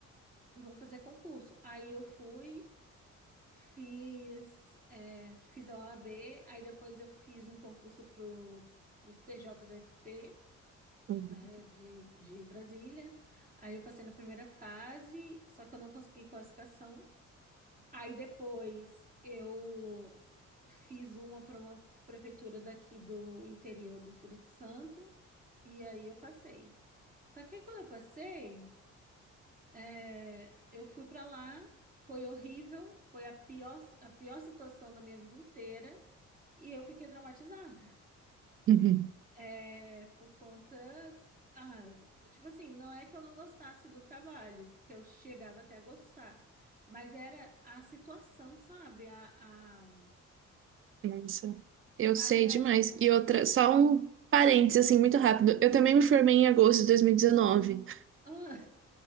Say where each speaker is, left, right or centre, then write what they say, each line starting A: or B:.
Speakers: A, on the right (about 30°); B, on the right (about 45°).
A: vou fazer concurso. Aí eu fui, fiz, é, fiz a OAB, aí depois eu fiz um concurso pro, pro TJDFT.
B: uhum,
A: né, de, de Brasília. Aí eu passei na primeira fase, só que eu não consegui classificação. Aí depois eu fiz uma para uma prefeitura daqui do interior do Espírito Santo, e aí eu passei. Só que aí quando eu passei, é, eu fui para lá, foi horrível, foi a pior, a pior situação da minha vida inteira, e eu fiquei traumatizada.
B: uhum.
A: É, por conta. Ah, tipo assim, não é que eu não gostasse do trabalho, porque eu chegava até a gostar, mas era a situação, sabe? A, a,
B: Nossa, eu sei
A: a realidade.
B: demais. E outra, só um parênteses, assim, muito rápido. Eu também me formei em agosto de 2019.
A: Ah,